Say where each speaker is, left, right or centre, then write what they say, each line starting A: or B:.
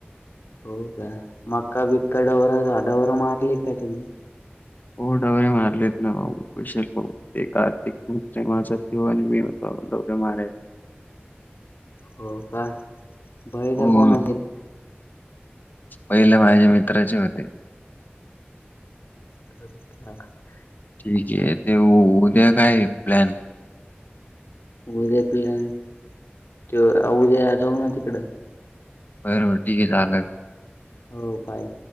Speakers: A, on the left (about 85°); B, on the left (about 50°).
A: हो का मका बिकका डवरडववर मारली काय तुम्ही
B: हो डवररे मारलेत ना भाऊ विशेल भा ते कार्तिक मित्र माझ ते आणि मी दौरी मारा
A: हो का बहे तर
B: हो
A: कोणा
B: पहिले माझ्या मित्राचे होते
A: <unintelligible>
B: ठीक आहे ते उद्या काय प्लॅन
A: उद्या प्लन त उद्या जाऊ ना तिकडं
B: वर ठीके चाल
A: हो बाय